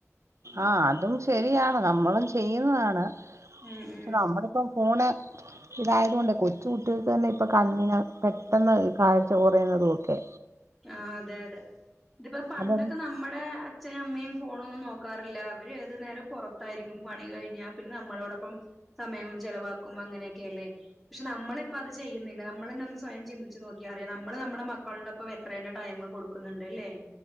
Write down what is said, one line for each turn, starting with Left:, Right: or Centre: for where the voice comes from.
Right: ആഹ് അതും ശരിയാണ് നമ്മളും ചെയ്യുന്നതാണ്
Centre: ഉം
Right: പക്ഷെ
Centre: ഉം
Right: നമ്മടെ ഇപ്പം ഫോണ് ഇതായത് കൊണ്ട് കൊച്ചു കുട്ടികൾക്ക് തന്നെ ഇപ്പൊ കണ്ണിന് പെട്ടെന്ന് ഈ കാഴ്ച കുറയുന്നതുഒക്കെ
Centre: ആ അതെ അതെ ഇതിപ്പോ പണ്ടൊക്കെ
Right: അതെ
Centre: നമ്മടെ അച്ഛനും അമ്മയും ഫോണൊന്നും നോക്കാറില്ല അവര് ഏതു നേരം പുറത്തായിരിക്കും പണി കഴിഞ്ഞാൽ പിന്നെ നമ്മളോടൊപ്പം സമയം ചെലവാക്കും അങ്ങനെ ഓക്കെ അല്ലേ പക്ഷെ നമ്മളിപ്പൊ അത് ചെയ്യുന്നില്ല നമ്മളന്നെ ഒന്ന് സ്വയം ചിന്തിച്ച് നോക്കിയാറിയാം നമ്മള് നമ്മടെ മക്കള്ടൊപ്പം എത്രേന്ന ടൈമ് കൊടുക്കുന്നുണ്ട് എല്ലേ